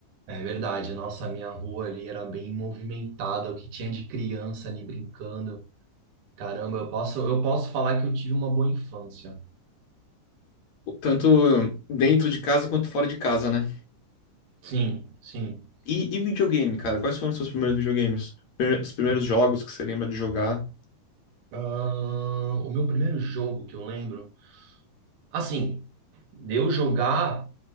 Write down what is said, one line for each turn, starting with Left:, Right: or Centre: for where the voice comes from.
Right: É verdade, nossa, a minha rua ali era bem movimentada, o que tinha de criança ali brincando. Caramba, eu posso, eu posso falar que eu tive uma boa infância.
Left: Tanto dentro de casa quanto fora de casa, né?
Right: Sim, sim.
Left: E, e videogame, cara? Quais foram os seus primeiros videogames? Prime- Os primeiros jogos que você lembra de jogar?
Right: Ahn, o meu primeiro jogo que eu lembro, assim, de eu jogar